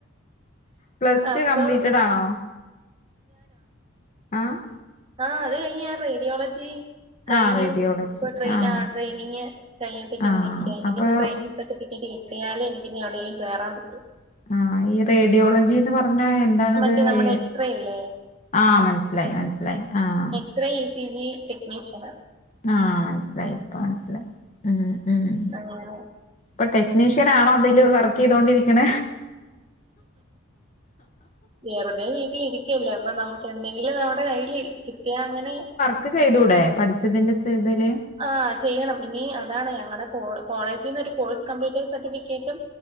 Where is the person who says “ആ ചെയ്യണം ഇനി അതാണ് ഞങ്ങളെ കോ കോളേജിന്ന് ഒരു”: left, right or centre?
Right